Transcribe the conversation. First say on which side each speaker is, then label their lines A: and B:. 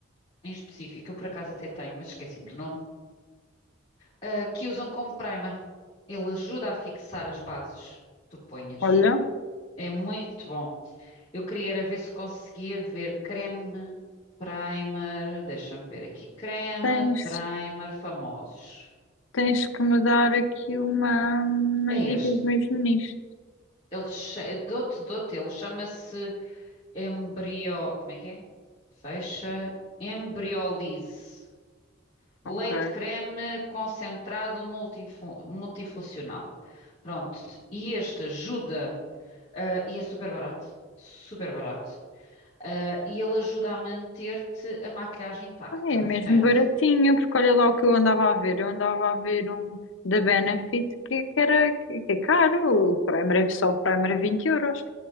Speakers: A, on the left (about 30°); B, on the left (about 75°).
A: em específico, eu por acaso até tenho, mas esqueci-me do nome, ah, que usam como primer. Ele ajuda a fixar as bases que tu ponhas.
B: Olha,
A: É muito bom. Eu queria era ver se conseguia ver creme, primer, deixa-me ver aqui, creme,
B: tens,
A: primer, famosos.
B: tens que me dar aqui uma, umas
A: É
B: dicas
A: este.
B: mesmo nisto.
A: Ele, cha- dou-te, dou-te, ele chama-se Embrio. Como é que é? Fecha. Embriolise.
B: Ok.
A: Leite creme concentrado multifu- multifuncional. Pronto. E este ajuda. ah, e é super barato. Super barato. Ah, e ele ajuda a manter-te a maquilhagem intacta.
B: Ah, é
A: Portanto,
B: mesmo baratinha, porque olha lá o que eu andava a ver. Eu andava a ver um da Benefit que, que era que, que é caro, o Prime, era- só o Prime era 20 euros.